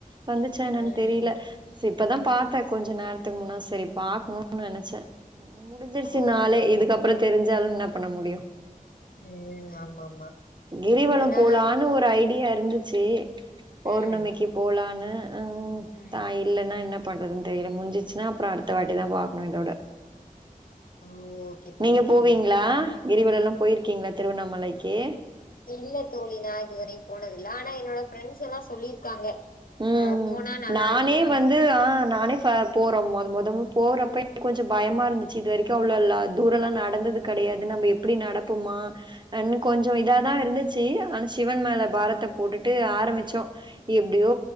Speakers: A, on the right; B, on the left.
A: வந்துச்சா என்னான்னு
B: ம்
A: தெரில சே இப்பதான் பாத்தேன் கொஞ்சம் நேரத்துக்கு முன்னா சரி பாக்கணும்னு நெனைச்சேன் முடிஞ்சிருச்சு
B: ஓ
A: நாளே
B: ஓகே
A: இதுக்கப்புறம்
B: ஓகே
A: தெரிஞ்சாலும் என்னா பண்ண முடியும்
B: ம் ஆமா ஆமா
A: கிரிவலம்
B: அதனால
A: போலான்னு ஒரு ஐடியா இருந்துச்சு பௌர்ணமிக்கு
B: ம்
A: போலா னு ஆஹ் உ
B: ம்
A: தாய் இல்லன்னா என்ன பண்றதுன்னு தெரில முடிஞ்சிச்சுன்னா அப்புறம் அடுத்த வாட்டி தான் பாக்கணும் இதோட
B: ஓ ஓகே தோழி
A: நீங்க
B: ஓகே
A: போவீங்ளா
B: தோழி
A: கிரிவலல்லாம் போயிருக்கீங்களா திருவண்ணாமலைக்கு
B: இல்ல தோழி நா இதுவரை போனதில்ல ஆனா என்னோட ஃபிரெண்டஸ் எல்லாம் சொல்லிருக்காங்க
A: உம்
B: ஆ போனா நல்லா
A: நானே
B: இருக்கு
A: வந்து ஆஹ் நானே போறோம் மொத மொத போறப்ப கொஞ்ச பயமா இருந்துச்சு இது வரைக்கும் அவ்வளவுல்லா தூரல்லா நடந்தது கெடையாது நம்ம எப்டி நடப்போமான்னு கொஞ்சம் இதா தான் இருந்துச்சு ஆனா சிவன் மேல பாரத்தை போட்டுட்டு ஆரம்பிச்சோம் எப்டியோ